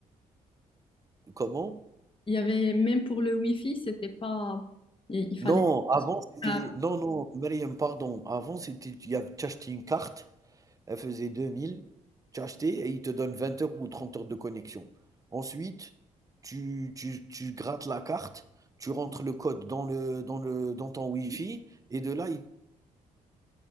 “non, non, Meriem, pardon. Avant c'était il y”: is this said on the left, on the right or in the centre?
Right